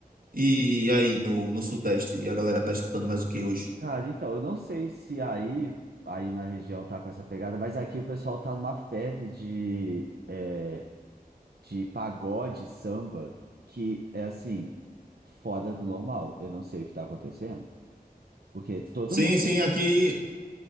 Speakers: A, on the right; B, on the right.
A: E aí no, no Sudeste, a galera tá escutando mais o que hoje?
B: Cara, então, eu não sei se aí, aí na região tá com essa pegada, mas aqui o pessoal tá numa febre de, é, de pagode, samba, que é assim, fora do normal. Eu não sei o que tá acontecendo, porque todo
A: Sim,
B: mundo
A: sim,
B: tem né,
A: aqui